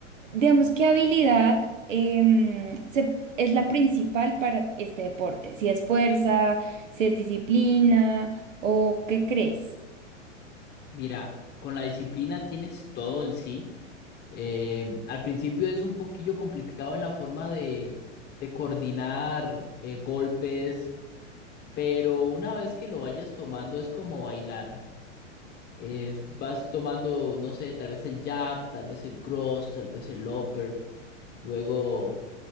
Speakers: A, on the right; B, on the left.
A: digamos, qué habilidad em, se- es la principal para este deporte? Si es fuerza, si es disciplina o qué crees?
B: Mira, con la disciplina tienes todo en sí. Eh, al principio es un poquillo complicado en la forma de, de coordinar eh, golpes, pero una vez que lo vayas tomando es como bailar. Es- vas tomando, no sé, tal vez el jab, tal vez el cross, tal vez el upper, luego...